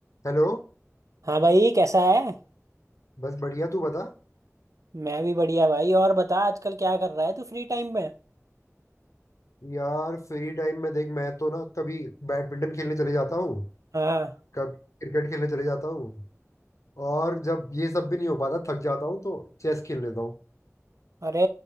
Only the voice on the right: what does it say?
हाँ भाई कैसा है
मैं भी बढ़िया भाई और बता आजकल क्या कर रहा है तू फ्री टाइम में
हाँ
अरे